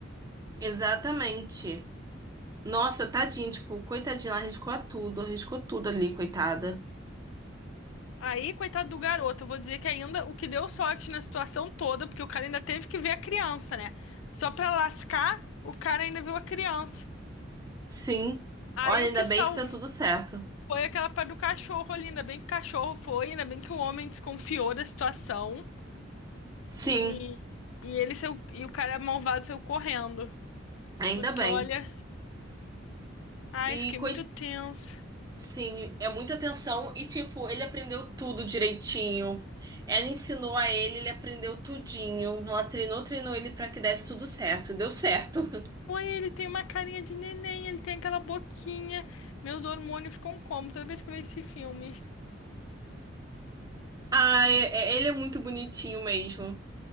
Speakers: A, on the right; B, on the left.
A: Exatamente. Nossa, tadinha, tipo, coitadinha, ela arriscou a tudo, arriscou tudo ali, coitada.
B: Aí, coitado do garoto, eu vou dizer que ainda o que deu sorte na situação toda, porque o cara ainda teve que ver a criança, né? Só pra lascar, o cara ainda viu a criança.
A: Sim.
B: Aí
A: Olha,
B: o
A: ainda
B: que
A: bem
B: salvou.
A: que tá tudo certo.
B: Foi aquela parte do cachorro ali, ainda bem que o cachorro foi, ainda bem que o homem desconfiou da situação.
A: Sim,
B: E, e ele saiu, e o cara malvado saiu correndo.
A: ainda
B: Porque
A: bem.
B: olha, ai,
A: E,
B: fiquei muito
A: coi-
B: tenso.
A: sim, é muita atenção. E, tipo, ele aprendeu tudo direitinho. Ela ensinou a ele, ele aprendeu tudinho. Ela treinou, treinou ele pra que desse tudo certo. Deu certo. <laughs>
B: Oi, ele tem uma carinha de neném, ele tem aquela boquinha. Meus hormônios ficam como toda vez que eu vejo esse filme.
A: Ah, é- é- ele é muito bonitinho mesmo.